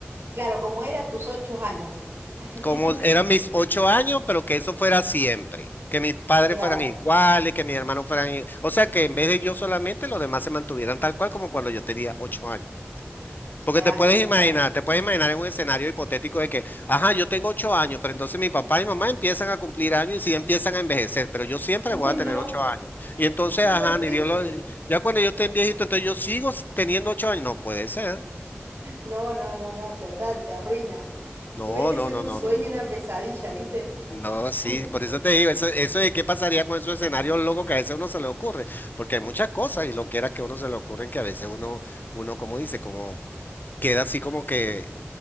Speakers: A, on the right; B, on the left.
A: Claro, como era tus ocho años. <laughs>
B: como eran mis ocho años, pero que eso fuera siempre, que mis padres
A: Claro,
B: fueran iguales, que mis hermanos fueran... i- O sea, que en vez de yo solamente, los demás se mantuvieran tal cual como cuando yo tenía ocho años. Porque
A: así
B: te puedes
A: me
B: imaginar,
A: parece.
B: te puedes imaginar en un escenario hipotético de que, ajá, yo tengo ocho años, pero entonces mi papá y mamá empiezan a cumplir años y sí empiezan a envejecer, pero yo siempre
A: <laughs> Uy,
B: voy a
A: no,
B: tener ocho años. Y entonces,
A: súper
B: ajá,
A: triste.
B: ni Dios lo...
A: ¿eh?
B: Ya cuando yo esté viejito, entonces yo sigo s- teniendo ocho años. No puede ser.
A: No, no, no, no, total, te arruina. En
B: No,
A: vez de
B: no,
A: ser
B: no,
A: un
B: no,
A: sueño,
B: no, no.
A: una pesadilla, ¿viste?
B: No,
A: <laughs>
B: sí, por eso te digo, eso, eso de qué pasaría con esos escenarios locos que a veces a uno se le ocurre, porque hay muchas cosas y lo que era que a uno se le ocurren que a veces uno, uno, como dice, como queda así como que